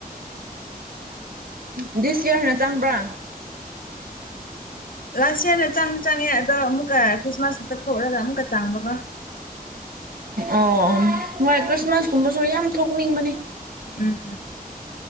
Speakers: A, on the right; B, on the left.
A: ꯎꯝ ꯗꯤꯁ ꯌꯔꯅ ꯆꯪꯕ꯭ꯔꯥ
B: ꯂꯥꯁꯦꯅ ꯆꯪ ꯆꯪꯉꯦ ꯑꯗꯣ ꯑꯃꯨꯛꯀ ꯈ꯭ꯔꯤꯁꯃꯥꯁꯛꯇ ꯊꯣꯛꯂꯒ ꯑꯃꯨꯛꯀ ꯆꯪꯕꯒ
A: ꯑ ꯍꯣꯏ ꯈ꯭ꯔꯤꯁꯃꯥꯁꯀꯨꯝꯕꯁꯨ ꯌꯥꯝ ꯊꯣꯛꯅꯤꯡꯕꯅꯦ
B: ꯎꯝ